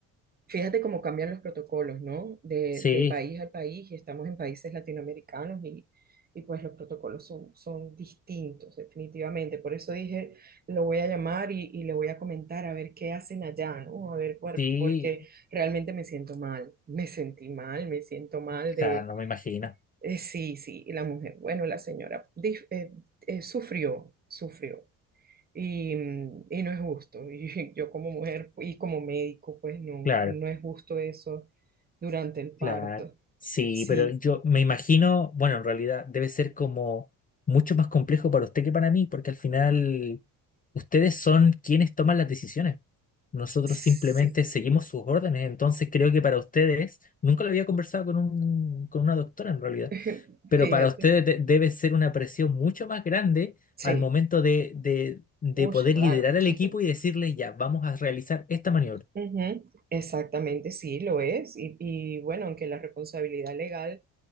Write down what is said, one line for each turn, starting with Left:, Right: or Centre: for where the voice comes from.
Right: Fíjate cómo cambian los protocolos, ¿no? De,
Left: Sí,
Right: de país a país, y estamos en países latinoamericanos y, y pues los protocolos son, son distintos, definitivamente. Por eso dije, lo voy a llamar y, y le voy a comentar a ver qué hacen allá, ¿no? A ver, por-
Left: sí,
Right: porque realmente me siento mal, me sentí mal, me siento mal
Left: claro,
Right: de,
Left: no me imagino.
Right: eh, sí, sí, y la mujer, bueno, la señora dif- eh, eh, sufrió, sufrió. Y, y no es justo. <laughs> Y yo como mujer y como médico, pues no,
Left: Claro.
Right: no es justo eso durante el parto.
Left: Claro. Sí,
Right: Sí,
Left: pero yo me imagino, bueno, en realidad debe ser como mucho más complejo para usted que para mí, porque al final ustedes son quienes toman las decisiones. Nosotros
Right: sí,
Left: simplemente seguimos sus órdenes, entonces creo que para ustedes, nunca lo había conversado con un, con una doctora en realidad,
Right: <laughs>
Left: pero
Right: fíjate,
Left: para ustedes de- debe ser una presión mucho más grande
Right: sí.
Left: al momento de, de de
Right: Uy,
Left: poder
Right: claro.
Left: liderar al
Right: <laughs>
Left: equipo y decirle, ya, vamos a realizar esta maniobra.
Right: Ujú, Exactamente, sí, lo es. Y, y, bueno, aunque la responsabilidad legal